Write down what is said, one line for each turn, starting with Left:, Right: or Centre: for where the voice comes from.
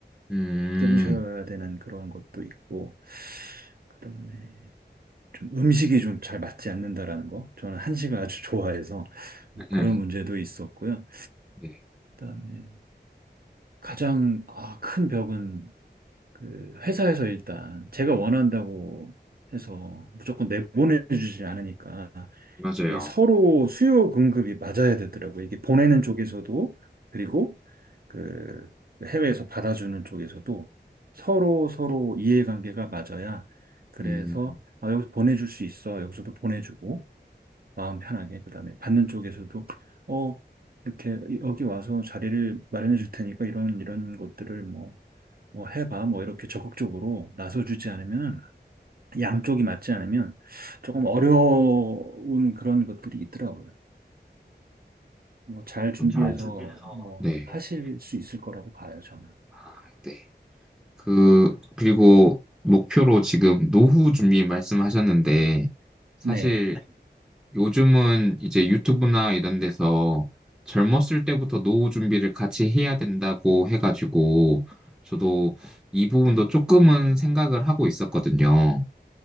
Centre: 음, 네.
Right: 깨부셔야
Centre: 음.
Right: 되는 그런 것도 있고, 그다음에 좀 음식이 좀 잘 맞지 않는다라는 거. 저는 한식을 아주 좋아해서 뭐
Centre: <laughs>
Right: 그런 문제도 있었고요.
Centre: 네.
Right: 그다음에 가장 아, 큰 벽은 그 회사에서 일단 제가 원한다고 해서 무조건 내보내주지 않으니까
Centre: 맞아요.
Right: 이게 서로 수요 공급이 맞아야 되더라고요. 이게 보내는 쪽에서도 그리고 그 해외에서 받아주는 쪽에서도 서로 서로 이해관계가 맞아야 그래서
Centre: 음,
Right: 아, 여기서 보내줄 수 있어. 여기서도 보내주고 마음 편하게 그다음에 받는 쪽에서도 어 이렇게 여기 와서 자리를 마련해 줄 테니까 이런 이런 것들을 뭐 뭐 해봐 뭐 이렇게 적극적으로 나서주지 않으면 양쪽이 맞지 않으면 조금 어려운 그런 것들이 있더라고요. 뭐 잘 준비해서
Centre: 그럼 그
Right: 뭐
Centre: 네.
Right: 하실
Centre: 어,
Right: 수 있을 거라고 봐요 저는.
Centre: 아, 네. 그, 그리고 목표로 지금 노후 준비 말씀하셨는데, 사실
Right: 네.
Centre: 요즘은 이제 유튜브나 이런 데서 젊었을 때부터 노후 준비를 같이 해야 된다고 해가지고 저도 이 부분도 조금은 생각을 하고 있었거든요.